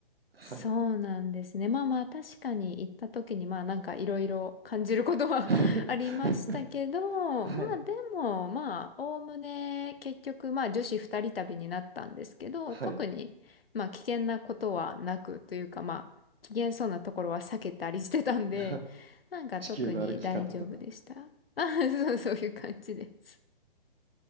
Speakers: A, on the right (about 75°); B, on the left (about 75°).
A: はい。
B: そうなんですね。まあまあ確かに行った時にまあなんかいろいろ感じることは
A: <laughs>
B: <laughs> ありましたけど、
A: はい。
B: まあでもまあおおむね結局まあ女子二人旅になったんですけど、
A: はい。
B: 特にまあ危険なことはなくというかまあ危険そうなところは避けたりしてたんで、
A: <laughs>
B: なんか特に大丈夫でした。
A: 地球の歩き方とか。
B: <laughs> あ、そう、そういう感じです。